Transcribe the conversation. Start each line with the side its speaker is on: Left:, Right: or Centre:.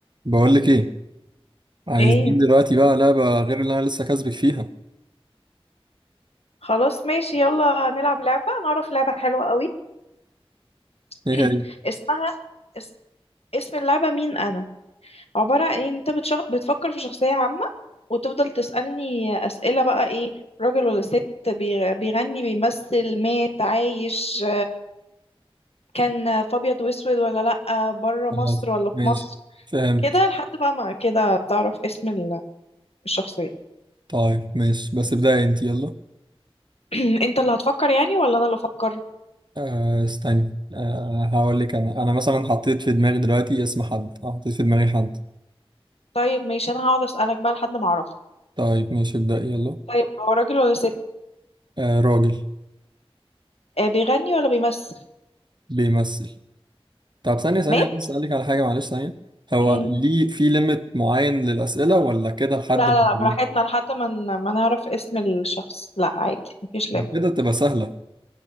Right: بقول لك ايه عايزين
Left: ايه
Right: دلوقتي بقى لعبة غير اللي انا لسه كاسبك فيها
Left: خلاص ماشي يلا نلعب لعبة انا اعرف لعبة حلوة قوي
Right: ايه
Left: <clears throat>
Right: هي
Left: اسمها اس... اسم اللعبة مين انا عبارة عن ان انت بتشغ... بتفكر في شخصية عامة وتفضل تسألني اسئلة بقى ايه راجل ولا ست بيغ... بيغني بيمثل مات عايش كان في ابيض واسود ولا لأ بره مصر
Right: خلاص
Left: ولا في
Right: ماشي
Left: مصر
Right: فهمت
Left: كده لحد بقى ما كده تعرف اسم ال- الشخصية
Right: طيب ماشي بس ابدأي انت يلا
Left: <clears throat> انت اللي هتفكر يعني ولا انا اللي افكر
Right: آه استني آه هقول لك انا انا مثلا حطيت في دماغي دلوقتي اسم حد آه، حطيت في دماغي حد
Left: طيب ماشي انا هقعد اسألك بقى لحد ما اعرف
Right: طيب ماشي ابدأي يلا
Left: طيب هو راجل ولا ست
Right: آه راجل
Left: آه، بيغني ولا بيمثل
Right: بيمثل طب ثانية ثانية
Left: مات
Right: عايز اسألك على حاجة معلش ثانية هو
Left: مم.
Right: ليه في ليميت معين للأسئلة ولا كده لحد
Left: لا
Right: ما
Left: لا لا
Right: تجيب
Left: براحتنا لحد ما ن- ما نعرف اسم الشخص لا عادي مفيش لم
Right: كده تبقى سهلة